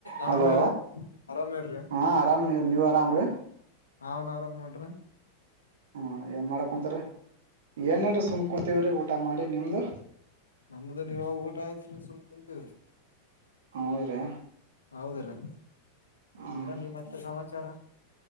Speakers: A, on the left; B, on the right.
A: ಅರಾಮೇರಿ
B: ಹಲೋ
A: ಅರಾಮೇರಿ.
B: ಹಾ ಆರಾಮ್ ನೀವ್ ನೀವ್ ಆರಾಮ್ ರೀ
A: ನಾನು ಆರಾಮ್ ನೋಡ್ರಿ.
B: ಹಾ ಏನ್ ಮಾಡಕುಂತಿರೀ ಏನಿಲ್ರಿ ಸುಮ್ ಕುಂತೀವ್ರೀ ಊಟ ಮಾಡಿ ನಿಮ್ದು.
A: ನಮ್ದ ನೀವಾಗ ಊಟ ಆಯ್ತ್ರಿ ಸುಮ್ ಕುಂತಿವ್ರಿ.
B: ಹೌದ್ರಿ
A: ಹೌದ ರೀ
B: ಹ್ಮ್
A: ಏನ್ರಿ ಮತ್ತೆ ಸಮಾಚಾರ.